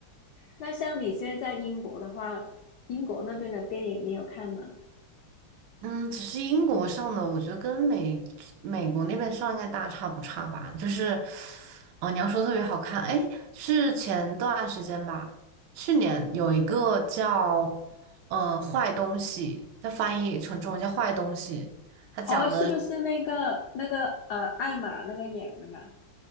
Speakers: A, on the left; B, on the right.
A: 那像你现在在英国的话，英国那边的电影你有看吗？
B: 嗯，只是英国上的，我觉得跟美美国那边上应该大差不差吧。就是，哦，你要说特别好看，哎，是前段时间吧，去年有一个叫呃《坏东西》，它翻译成中文叫《坏东西》，它讲。
A: 哦，是不是那个那个呃，艾玛那个演的那个？